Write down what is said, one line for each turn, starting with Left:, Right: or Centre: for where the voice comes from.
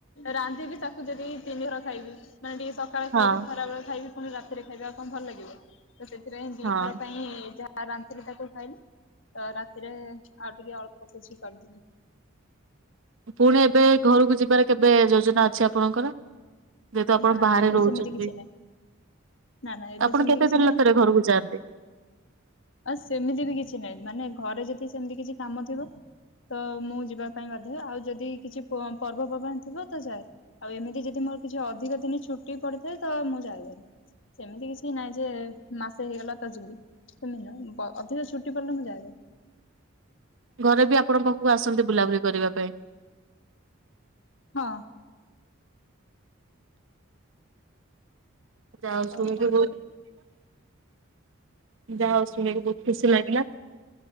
Left: ରାନ୍ ବି ତାକୁ ଯଦି ତିନିଥର ଖାଇବି ମାନେ ଟିକେ ସକାଳେ
Right: ହଁ
Left: ଖାଇବି ଖରାବେଳେ ଖାଇବି ଫୁଣି ରାତିରେ ଖାଇବା ଆଉ କଣ ଭଲ ଲାଗିବ ତ ସେଥିପାଇଁ ଦିଥର
Right: ହଁ
Left: ପାଇଁ ଯାହା ଆ ରାତିରେ ତାକୁ ଖାଇଲି ତ ରାତିରେ ଆଉ ଟିକେ ଅଳ୍ପ କିଛି କରିଦେଲି।
Right: ପୁଣି ଏବେ ଘରକୁ ଯିବାର କେବେ ଯୋଜନା ଅଛି ଆପଣଙ୍କର? ଯେହେତୁ ଆପଣ
Left: ନା
Right: ବାହାରେ
Left: ଏବେ
Right: ରହୁଚନ୍ତି
Left: ସେମିତି କିଛି ନାହିଁ। ନା ନା ଏବେ
Right: ଆପଣ
Left: ସେମିତି
Right: କେତେ
Left: କିଛି
Right: ଦିନରେ ଥରେ ଘରକୁ ଯାଆନ୍ତି?
Left: ଆ ସେମିତି ବି କିଛି ନାହିଁ ମାନେ ଘରେ ଯଦି ସେମିତି କିଛି କାମ ଥିବ। ତ ମୁଁ ଯିବା ପାଇଁ ବାଧ୍ୟ ଆଉ ଯଦି କିଛି ପ-ପର୍ବପର୍ବାଣି ଥିବ ତ ଯାଏ। ଆଉ ଏମିତି ଯଦି ମୋର କିଛି ଅଧିକ ଦିନି ଛୁଟି ପଡିଥାଏ ତ ମୁଁ ଯାଏ ଭାରି। ସେମିତି କିଛି ନାଇଁ ଯେ ମାସେ ହେଇଗଲା ତ ଯିବି। ସେମି ନୁହେ ବ ଅଧିକା ଛୁଟି ପଡ଼ିଲେ ମୁଁ ଯାଏ ଭାରି।
Right: ଘରେ ବି ଆପଣଙ୍କ ପାଖକୁ ଆସନ୍ତି ବୁଲାବୁଲି କରିବା ପାଇଁ?
Left: ହଁ।
Right: ଯାହୋଉ ଶୁଣିକି
Left: ଆଉ କଣ
Right: ବୋହୁତ
Left: କୁହ?
Right: ଯାହୋଉ ଶୁଣିକି ବୋହୁତ ଖୁସି ଲାଗିଲା।